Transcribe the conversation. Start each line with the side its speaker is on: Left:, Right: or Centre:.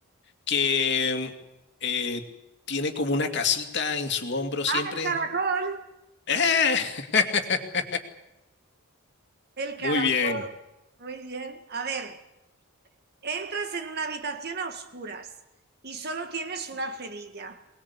Left: que eh, tiene como una casita en su hombro siempre.
Right: Ah, el caracol,
Left: ¡Eh! <laughs>
Right: el caracol,
Left: Muy bien.
Right: muy bien. A ver, entras en una habitación a oscuras y solo tienes una cerilla.